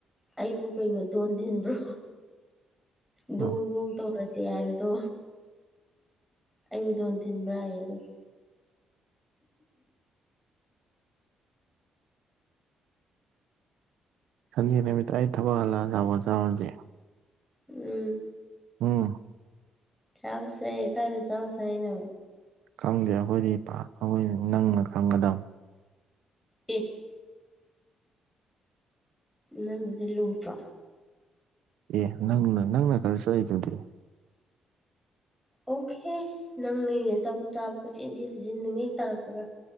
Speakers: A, in the centre; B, on the right.
A: ꯑꯩꯕꯨ ꯀꯩꯅꯣ ꯗꯣꯟ ꯊꯤꯟꯕ꯭ꯔꯣ ꯗꯣꯡ
B: ꯎꯝ
A: ꯣꯡ ꯇꯧꯔꯁꯦ ꯍꯥꯏꯕꯗꯣ ꯑꯩꯕꯨ ꯗꯣꯟ ꯊꯤꯟꯕ꯭ꯔꯥ ꯍꯥꯏꯌꯦ ꯑꯗꯨꯒ
B: ꯁꯟꯗꯦ ꯅꯨꯃꯤꯠꯇ ꯑꯩ ꯊꯕꯛ ꯍꯜꯂꯒ ꯆꯥꯄꯣꯠ ꯆꯥꯔꯁꯦ
A: ꯎꯝ
B: ꯑꯝ
A: ꯆꯥꯎꯁꯦ ꯀꯥꯏꯅꯦ ꯆꯁ ꯍꯥꯏꯅꯣ
B: ꯈꯪꯗꯦ ꯑꯩꯈꯣꯏꯗꯤ ꯑꯩꯈꯣꯏ ꯅꯪꯅ ꯈꯪꯒꯗꯕ
A: ꯑꯦ ꯅꯪꯗꯨꯗꯤ ꯂꯨꯗ꯭ꯔꯣ
B: ꯑꯦ ꯅꯪꯅ ꯅꯪꯅ ꯈꯔ ꯆꯠꯂꯤꯗꯨꯗꯤ
A: ꯑꯣꯀꯦ ꯅꯪꯅꯦꯅꯦ ꯑꯆꯧꯕ ꯆꯥꯕ ꯄꯣꯠꯆꯦꯟ ꯏꯁꯤꯟ ꯁꯤꯁꯤꯟ ꯅꯨꯃꯤ ꯍꯦꯛ ꯇꯥꯔꯛꯄꯒ